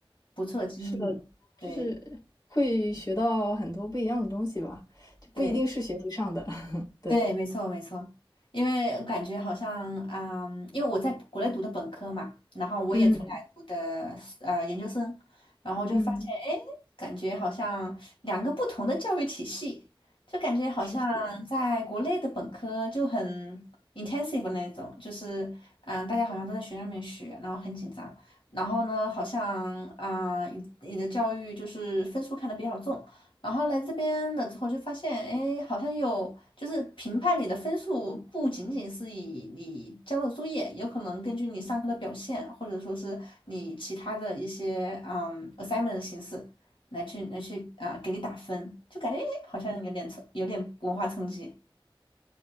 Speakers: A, on the left (about 70°); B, on the left (about 45°).
A: 不错的经历。
B: 是的，就是
A: 对
B: 会学到很多不一样的东西吧，就不一定是学习上的。
A: 对。
B: <laughs> 对，
A: 对，没错没错，因为感觉好像啊、因为我在国内读的本科嘛，然后我也出来读的呃研究生，
B: 嗯
A: 然后就发现，
B: 嗯，
A: 哎，感觉好像两个不同的教育体系，就感觉好像在国内的本科就很
B: 是，
A: intensive 的那种，就是嗯、大家好像都在学校里面学，然后很紧张，然后呢，好像啊、你你的教育就是分数看得比较重。然后来这边了之后就发现，哎，好像有，就是评判你的分数不仅仅是以你交的作业，有可能根据你上课的表现，或者说是你其他的一些嗯 assignment 的形式来去来去啊、给你打分，就感觉诶好像有点冲有点文化冲击。